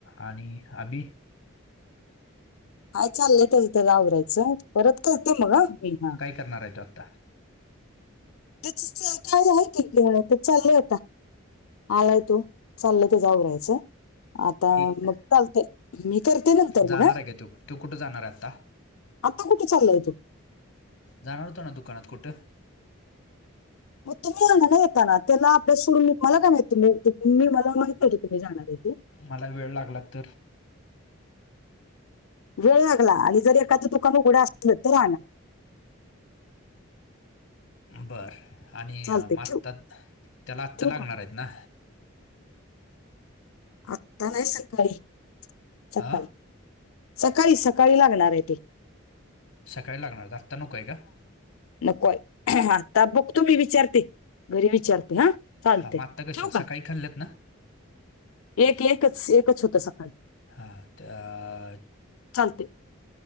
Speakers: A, on the left (about 55°); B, on the left (about 85°).
A: आणि आदी
B: हाय चालय <unintelligible> आवरायचं परत करते मग. मी हा
A: काय करणार आहे तो आता?
B: <unintelligible> आहे की ते चाललंय आता. आलाय तो चाललय तेझा आवरायचं. आता
A: एक
B: मग चालते मी करते नंतर
A: जाणार
B: मग‌ हा.
A: आहे का तो तो कुठं जाणार
B: <inaudible>
A: आहे आता
B: आता कुठे चालय तो?
A: जाणार होत ना दुकानात कुठे.
B: मग तुम्ही आणा ना येताना त्याला अभ्यास सोडून म मला काय माह तु मी मला माहित नव्हतो तुम्ही जाणार आहेे.
A: मला वेळ लागला तर?
B: वेळ लागला आणि जर एखादं तुकानं उघडं असलं तर आणा.
A: बर आणि
B: चालतंय
A: मता,
B: ठेव
A: त्याला आत्ता
B: ठेव
A: लागणार
B: का मग?
A: आहेत ना?
B: आत्ता नाही सकाळी, सकाळी,
A: हा
B: सकाळी सकाळी लागणार आहे ते.
A: सकाळी लागणार आत्ता नको आहे का?
B: नकोय, ‌ आता बघतो मी विचारते घरी विचारते हा. चालते
A: हा मग आत्ता कशाला
B: ठेव का?
A: सकाळी खाल्लेत ना
B: एक एकच एकच होतं सकाळी.
A: हा तर
B: चालते